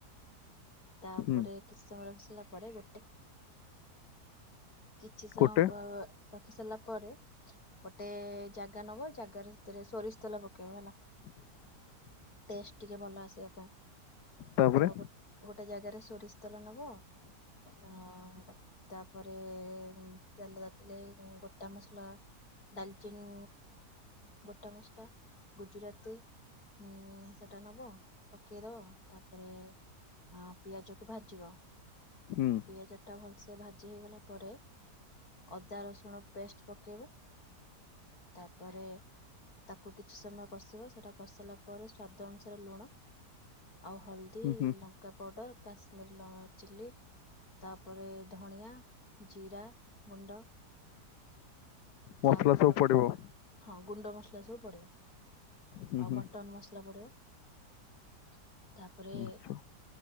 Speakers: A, on the left (about 60°); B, on the left (about 75°).
A: ତାପରେ
B: ହୁଁ
A: କି ସମମୟ ରଖିସାରିଲା ପରେ ଗୋଟେ କିଛି ସମୟ
B: ଗୋଟେ
A: ରଖି ସାରିଲା ପରେ ଗୋଟେ ଜାଗା ନବ ଜାଗାରେ ସେଥିରେ ସୋରିଷ ତେଲ ପକେଇବ ହେଲା।
B: <unintelligible>
A: ଟେଷ୍ଟ ଟିକେ ଭଲ ଆସିବା ପାଇଁ
B: ତାପରେ
A: ତ ଗୋ ଗୋଟେ ଜାଗାରେ ସୋରିଷ ତେଲ ନବ ଅ ତାପରେ ଏ ତେଲ ତାତିଲେ ଗୋଟା ମସଲା ଡାଲଚିନି ଗୋଟା ମସଲା ଗୁଜୁରାତି ହୁଁ ସେଟା ନବ ପକେଇଦବ ତାପରେ ହଁ ପିଆଜ କୁ ଭାଜିବ
B: ହୁଁ
A: ପିଆଜ ଟା ଭଲସେ ଭାଜି ହେଇଗଲା ପରେ ଅଦା ରସୁଣ ପେଷ୍ଟ ପକେଇବ ତାପରେ ତାକୁ କିଛି ସମୟ କଷିବ ସେଟା କଷିଲା ପରେ ସ୍ଵାଦ ଅନୁସାରେ ଲୁଣ ଆଉ ହଳଦୀ ଦୀ
B: ହୁଁ ହୁଁ
A: ଲଙ୍କା ପାଉଡ଼ର କାଶ୍ମୀମିରୀ ଲଙ୍କା ଚିଲ୍ଲି ତାପରେ ଧଣିଆ ଜିରା ଗୁଣ୍ଡ ତାପ
B: ମସଲା ସବୁ ପଡିବ?
A: ହଁ ଗୁଣ୍ଡ ମସଲା ସବୁ ପଡିବ
B: ହୁଁ
A: ଆଉ
B: ହୁଁ
A: ମଟନ ମସଲା ପଡିବ ତାପରେ
B: ଆଛା